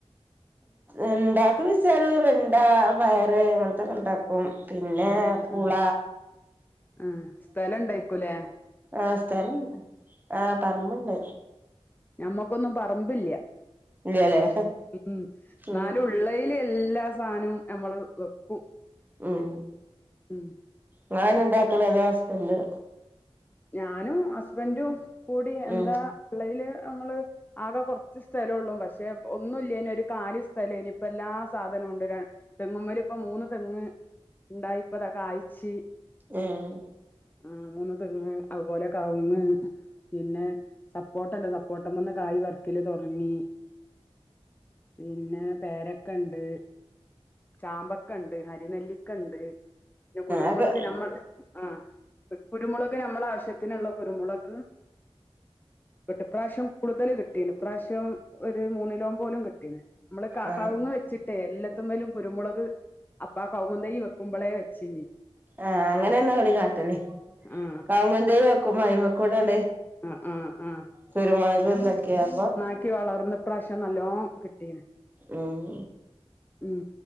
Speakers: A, on the right (about 15°); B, on the left (about 15°).
A: എണ്ടാക്ക വെച്ചാല് വെണ്ട പയറ് അങ്ങനത്തക്കെ ഉണ്ടാക്കും പിന്നെ
B: ആഹ്
A: പുള
B: ആഹ് ആഹ് സ്ഥലം ഉണ്ടായിക്കൂലേ
A: ആഹ് സ്ഥലംണ്ട് ആഹ് പറമ്പണ്ട്
B: ഞമ്മക്കൊന്നും പറമ്പില്ല
A: ഇല്ലല്ലേ
B: ഉം
A: ഉം
B: നാല ഉള്ളല എല്ലാ സാനവും നമ്മള് വെക്കും
A: ഉം
B: ഉം
A: നിങ്ങള് ഉണ്ടാക്കലേ അതോ ഹസ്ബന്ഡ്
B: ഞാനും ഹസ്ബൻറും കൂടി എന്താ
A: ഉം
B: ഉള്ളയില് നമ്മള് ആകെ കുറച്ച് സ്ഥലമ ഉള്ളൂ പക്ഷെ ഒന്നുമില്ലേന ഒരു കാലി സ്ഥലം ലേനി ഇപ്പ എല്ലാ സാധനവും കൊണ്ടരാാണ് തെങ്ങുമമാരി ഇപ്പൊ മൂന്ന് തെങ്ങ് ഉണ്ടായിപ്പ ഇതൊക്കെ അഴച്ച
A: ഏഹ് ഏഹ്
B: ആഹ മൂന്ന് തെങ്ങ് അതുപോലെ കവുങ്ങ് പിന്നെ സപ്പോട്ടുണ്ട് സപ്പോട്ടം ഒന്ന് കായ് പറിക്കല് തുടങ്ങി പിന്നെ പേരക്കുണ്ട് ചാമ്പക്ക ഉണ്ട് അരിനെല്ലിക്ക ഉണ്ട് പിന്നെ കുരുമുളക്
A: അത്
B: നമ്മൾ ആഹ് കുരുമുളക് നമ്മളുടെ ആവശ്യത്തിനുള്ള കുരുമുളക് കെട്ടിപ്രാവശ്യം കൂടുതൽ കിട്ടീ ഇപ്രാവശ്യം ഒരു മൂന്നിലോക പോലും കിട്ടീന് നമ്മള്
A: ആഹ്
B: കാവുങ്ങ് വെച്ചിട്ടേ എല്ലാത്തമ്മേലും കുരുമുളക് അപ്പാ കൗകുന്ത വെക്കുമ്പോളേ വെച്ചിഞ്ഞഞ്
A: ആഹ് അങ്ങനെന്നാ അവിടെ കാട്ടല്
B: ആഹ്
A: കൗങ്കുന്ത വെക്കും അയിമക്കൂടാണ്ട്
B: ആഹ് ആഹ് ആഹ്
A: കുരുമുളക്ന്നൊക്കെയ അപ്പൊ
B: ആക്കി വളർന്ന ഈ പ്രാവശ്യം നല്ലോ കിട്ടീ
A: ഉം
B: ഉം